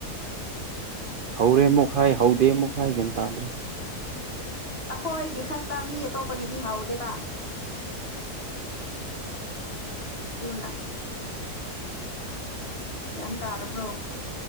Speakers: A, on the right; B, on the left.
A: ꯍꯧꯔꯦ ꯑꯃꯨꯛ ꯍꯥꯏ ꯍꯧꯗꯦ ꯑꯃꯨꯛ ꯍꯥꯏ ꯒ꯭ꯌꯥꯟ ꯇꯥꯗ꯭ꯔꯦ
B: ꯑꯩꯈꯣꯏꯒꯤ ꯈꯛꯇꯥ ꯃꯤ ꯑꯇꯣꯞꯄꯒꯤꯗꯤ ꯍꯥꯎꯗꯦꯕ ꯑꯗꯨꯅꯥ ꯒ꯭ꯌꯥꯟ ꯇꯥꯔꯕ꯭ꯔꯣ